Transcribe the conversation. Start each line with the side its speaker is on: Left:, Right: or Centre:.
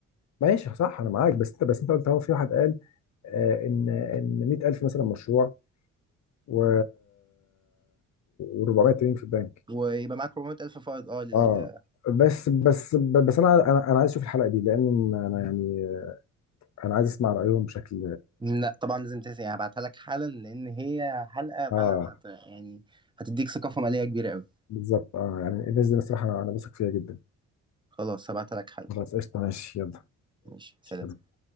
Left: ماشي صح انا معاك بس انت بس انت قلت اهو في واحد قال آه، ان ان 100000 مثلا مشروع و و400 تمرين في البنك
Right: ويبقى معاك 400000 فائض اه لل
Left: اه بس بس بس انا انا أنا عايز اشوف الحلقه دي لان انا يعني انا عايز اسمع رايهم بشكل
Right: لا طبعا لازم تنسى يعني هبعتها لك حالا لان هي حلقة
Left: اه
Right: فعلا هت... يعني هتديك ثقافة مالية كبيرة قوي
Left: بالظبط اه يعني الناس دي بصراحه انا أنا بثق فيها جدا
Right: خلاص هبعتها لك حالا
Left: خلاص قشطه ماشي
Right: ماشي
Left: يلا
Right: سلام